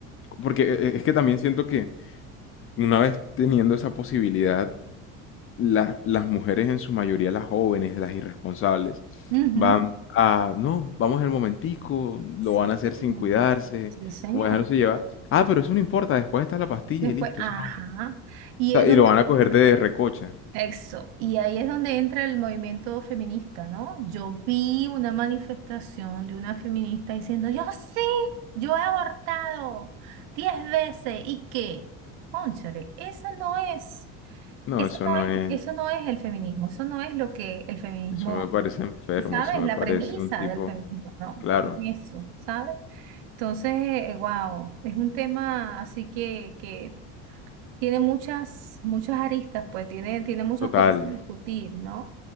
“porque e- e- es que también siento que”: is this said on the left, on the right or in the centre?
Left